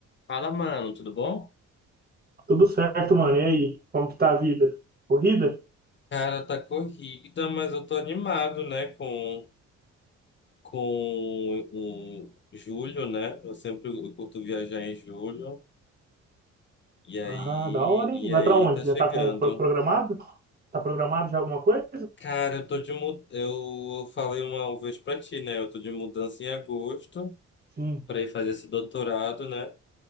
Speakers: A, on the left; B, on the right.
A: Fala, mano, tudo bom?
B: Tudo certo, mano. E aí, como que tá a vida? Corrida?
A: Cara, tá corrida, mas eu tô animado, né, com, com o julho, né? Eu sempre curto viajar em julho. E aí,
B: Ah, da hora, hein?
A: e
B: Vai
A: aí
B: pra onde?
A: tá
B: Já
A: chegando.
B: tá com, pro- programado? Tá programado já alguma coisa?
A: Cara, eu tô de mu- eu falei uma vez pra ti, né? Eu tô de mudança em agosto
B: Sim.
A: pra ir fazer esse doutorado, né?